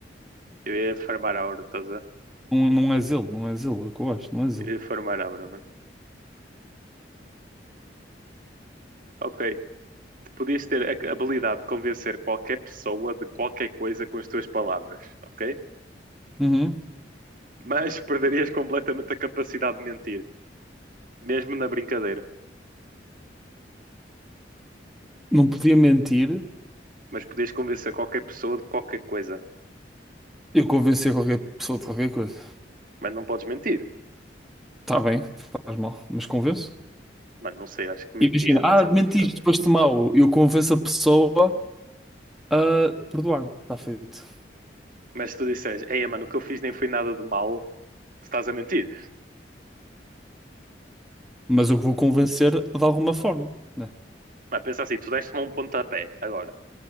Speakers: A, on the right; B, in the centre.
A: Eu ia farmar aura, estás a ver?
B: Não, não és ele, não és ele, é o que eu acho, não é zelo.
A: Eu ia farmar aura, mano. Ok, tu podias ter a a habilidade de convencer qualquer pessoa de qualquer coisa com as tuas palavras, ok?
B: Uhum.
A: Mas <laughs> perderias completamente a capacidade de mentir, mesmo na brincadeira.
B: Não podia mentir,
A: Mas podias convencer qualquer pessoa de qualquer coisa.
B: eu convencer qualquer pessoa de qualquer coisa.
A: Mas não podes mentir.
B: Está bem, faz mal, mas convenço.
A: Mano, não sei, acho que mentir
B: Imagina,
A: é demasiado
B: ah, mentiste,
A: importante.
B: foste mal. Eu convenço a pessoa a perdoar-me, está feito.
A: Mas se tu disseres, ei, mano, o que eu fiz nem foi nada de mal, tu estás a mentir.
B: Mas eu vou convencer de alguma forma, né?
A: Mas pensa assim, tu deste-me um pontapé agora.